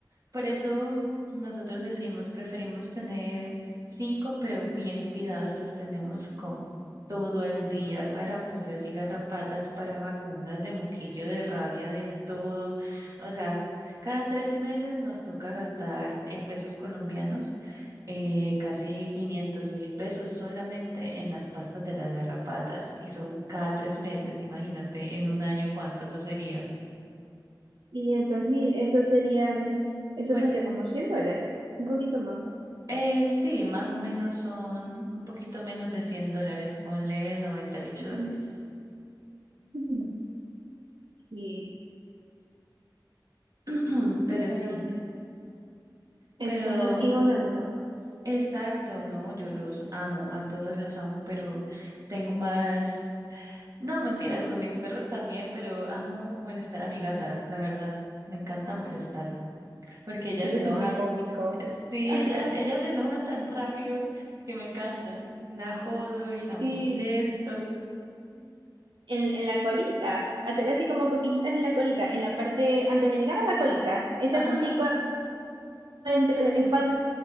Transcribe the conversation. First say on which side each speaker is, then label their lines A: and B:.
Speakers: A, on the right; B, on the right.
A: Por eso nosotros decimos, preferimos tener cinco, pero bien cuidados, los tenemos con todo el día para pulgas y garrapatas, para vacunas de moquillo, de rabia, de todo. O sea, cada tres meses nos toca gastar en pesos colombianos eh, casi quinientos mil pesos solamente en las pastas de las garrapatas y son cada tres meses. Imagínate en un año cuánto no sería.
B: quinientos mil, esos serían, esos
A: pues.
B: son que como cien dólares, un poquito más.
A: Eh, sí, más o menos son un poquito menos de 100 dólares, ponle 98
B: Ujú.
A: dólares.
B: Ujú. Y,
A: <clears throat> Pero
B: pero
A: sí,
B: bueno, esos
A: pero
B: son los hijos de uno.
A: exacto, no, yo los amo, a todos los amo, pero tengo más, no, mentiras, con mis perros también, pero amo molestar a mi gata, la verdad, me encanta molestarla, porque ella
B: Ellos
A: se enoja,
B: son muy cómicos. <laughs>
A: sí,
B: Ajá.
A: ella, ella se enoja tan rápido que me encanta, la jodo y la
B: Sí.
A: molesto.
B: en, en la colita, hacerle así como cosquillitas en la colita, en la parte, antes de llegar a la colita, ese
A: Ajá,
B: puntico entre la espalda